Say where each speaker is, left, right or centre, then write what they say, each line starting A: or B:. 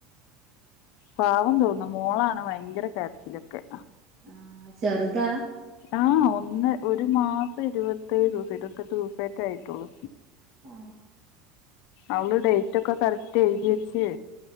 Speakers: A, on the left; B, on the right.
A: പാവം തോന്നും മോളാണ് ഭയങ്കര കരച്ചിലൊക്കെ
B: ആ ചെർദാ
A: ആ ഒന്ന് ഒരു മാസം ഇരുപത്തേഴ് ദിവസൊ ഇരുപത്തെട്ട് ദിവസ റ്റെ ആയിട്ടുള്ളൂ
B: ആ
A: അവള് ഡെയ്റ്റ് ഒക്കെ കററ്റ് എഴുതി വെച്ച്